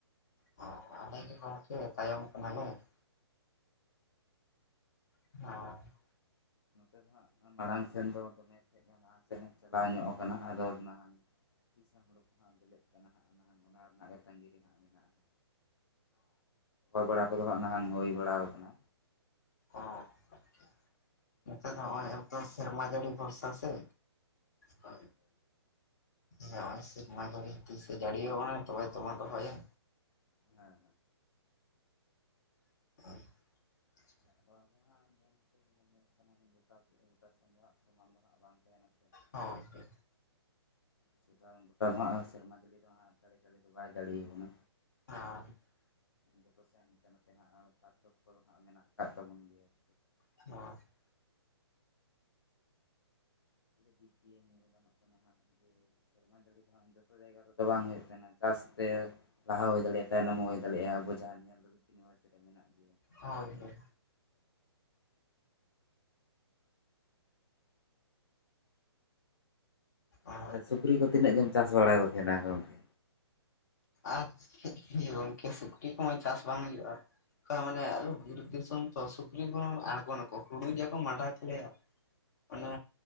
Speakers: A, on the left; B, on the left.
A: ᱦᱚᱸ ᱟᱞᱮ ᱜᱮ ᱜᱚᱝᱠᱮ ᱛᱟᱭᱚᱢ ᱢᱟᱠᱟᱱᱟ ᱞᱮ ᱾ <unintelligible>
B: ᱱᱚᱛᱮ ᱫᱚ ᱱᱟᱜ ᱢᱟᱲᱟᱝ ᱥᱮᱱ ᱫᱚ ᱫᱚᱢᱮ ᱛᱟᱦᱮᱜ ᱠᱟᱱᱟ ᱞᱟᱦᱟ ᱥᱮᱫ ᱪᱟᱞᱟᱣ ᱧᱚᱜ ᱠᱟᱱᱟ, ᱟᱫᱚ ᱱᱟᱦᱟᱜ ᱛᱤᱥ ᱦᱚᱸᱜ ᱦᱩᱲᱩ ᱠᱚ ᱦᱟᱸᱜ ᱵᱮᱞᱮᱜ ᱠᱟᱱᱟ ᱦᱟᱸᱜ ᱢᱮᱱ ᱠᱷᱟᱱ ᱚᱱᱟ ᱨᱮᱱᱟᱜ ᱜᱮ ᱛᱟᱹᱜᱤ ᱨᱮ ᱦᱟᱸᱜ ᱢᱮᱱᱟᱜᱼᱟ, ᱵᱟᱲᱟ ᱠᱚᱫᱚ ᱦᱟᱸᱜ ᱱᱟᱦᱟᱝ ᱦᱩᱭ ᱵᱟᱲᱟ ᱠᱟᱱᱟ,
A: ᱚᱸ ᱱᱚᱛᱮ ᱫᱚ ᱦᱚᱜ ᱚᱭ ᱟᱛᱚ ᱥᱮᱨᱢᱟ ᱡᱟᱹᱲᱤ ᱵᱷᱚᱨᱥᱟ ᱥᱮ, ᱦᱳᱭ᱾ ᱦᱚᱭ ᱥᱮᱨᱢᱟ ᱡᱟᱹᱲᱤ ᱛᱤᱥᱼᱮ ᱡᱟᱲᱤᱭᱟ ᱵᱚᱱᱟ ᱱᱟ ᱛᱚᱵᱮ ᱛᱚᱵᱚᱱ ᱨᱚᱦᱚᱭᱟ᱾
B: ᱦᱮᱸ
A: <unintelligible>
B: ᱛᱚ ᱫᱚ <inaudible> ᱜᱚᱴᱟ ᱥᱮ ᱜᱚᱴᱟ ᱥᱮᱱ ᱫᱚ ᱦᱟᱸ ᱥᱚᱢᱟᱱ ᱫᱚ ᱦᱟᱸᱜ ᱵᱟᱝ ᱛᱟᱦᱮᱱᱟ ᱥᱮ᱾
A: ᱦᱚᱸᱼᱦᱳᱭ
B: <unintelligible> ᱵᱚᱴᱟ ᱦᱟᱜ ᱥᱮᱨᱢᱟ ᱡᱟᱹᱲᱤ ᱫᱚ ᱦᱟᱜ ᱪᱟᱸᱲᱮ ᱪᱟᱸᱲᱮ ᱫᱚ ᱵᱟᱭ ᱡᱟᱹᱲᱤᱭᱟ ᱵᱚᱱᱟ᱾
A: <unintelligible>
B: ᱡᱚᱛᱚ ᱥᱮ ᱦᱟᱱᱛᱮ ᱱᱟᱛᱮ ᱦᱟᱸᱜ ᱯᱟᱨᱛᱷᱚᱠᱚ ᱠᱚ ᱫᱚ ᱦᱟᱸᱜ ᱢᱮᱱᱟᱜ ᱠᱟᱜ ᱛᱟᱵᱚᱱ ᱜᱤᱭᱟ ᱾
A: <unintelligible>
B: ᱫᱤᱠ ᱫᱤᱭᱮ ᱜᱮ <unintelligible> ᱫᱟᱜ ᱡᱟᱹᱲᱤ ᱫᱚ ᱦᱟᱸᱜ ᱡᱚᱛᱚ ᱡᱟᱭᱜᱟ ᱨᱮᱫᱚ ᱵᱟᱝ ᱦᱩᱭᱩᱜ ᱛᱟᱦᱮᱱᱟ ᱡᱮ, ᱪᱟᱥᱛᱮ ᱞᱟᱦᱟ ᱦᱩᱭ ᱫᱟᱲᱮᱭᱟᱜᱼᱟ ᱛᱟᱭᱱᱚᱢ ᱦᱩᱭ ᱫᱟᱲᱮᱭᱟᱜᱼᱟ ᱟᱵᱚ ᱡᱟᱦᱟᱸ ᱧᱮᱞ ᱨᱮ ᱢᱮᱱᱟᱜ ᱜᱮᱭᱟ,
A: ᱦᱳᱭ ᱦᱳᱭ, ᱦᱳᱭ
B: ᱛᱟᱦᱚᱞᱮ ᱥᱩᱠᱨᱤ ᱠᱚ ᱛᱤᱱᱟᱹᱜ ᱜᱮᱢ ᱪᱟᱥ ᱵᱟᱲᱟ ᱠᱚ ᱛᱟᱦᱮᱱᱟ ᱜᱚᱝᱠᱮ,
A: ᱟᱨ ᱪᱮᱫ ᱵᱤᱱ ᱤᱭᱟᱹ ᱜᱚᱝᱠᱮ ᱥᱩᱠᱨᱤ ᱠᱚᱢᱟ ᱪᱟᱥ ᱵᱟᱝ ᱦᱩᱭᱩᱜᱼᱟ, ᱠᱟ ᱢᱟᱱᱮ ᱟᱫᱚ ᱵᱤᱨ ᱫᱤᱥᱚᱢ ᱛᱚ ᱥᱩᱠᱨᱤ ᱠᱚ ᱟᱲᱜᱚᱱ ᱟᱠᱚ ᱦᱩᱲᱤᱡ ᱟᱠᱚ ᱢᱟᱰᱟᱭ ᱛᱟᱞᱮ ᱟᱠᱚ, ᱟᱱᱮ